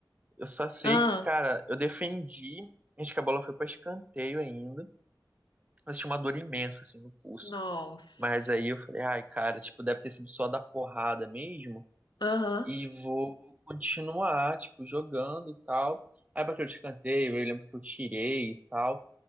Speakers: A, on the right; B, on the left.
A: Eu só sei
B: Ah,
A: que, cara, eu defendi. Acho que a bola foi pra escanteio ainda. Mas tinha uma dor imensa, assim, no pulso.
B: nossa.
A: Mas aí eu falei, ai, cara, tipo, deve ter sido só da porrada mesmo.
B: Aham,
A: E vou continuar, tipo, jogando e tal. Aí bateu o escanteio, eu lembro que eu tirei e tal.